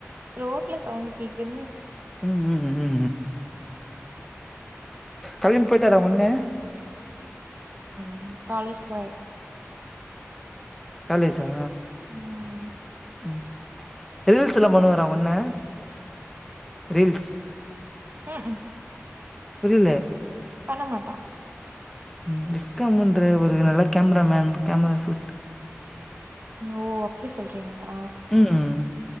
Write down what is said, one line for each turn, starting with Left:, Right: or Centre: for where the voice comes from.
Right: ரோட்ல சவுண்ட் கேக்குது
Centre: ம், ம், ம் களம்பி போயிட்டாரா ஒடனே
Right: ம், காலேஜ் போய்
Centre: காலேஜ்ஜா
Right: ம்
Centre: ம், ரீல்ஸ் எல்லா பண்ணுவாரா உங் அண்ண? ரீல்ஸ்
Right: ம்கும்
Centre: புரில
Right: பண்ண மாட்டா
Centre: ம் விஷ்ஸ்காமுன்ற ஒரு நல்ல கேமராமேன், கேமரா சூட்
Right: ஓ அப்டி சொல்றீங்ளா,
Centre: ம்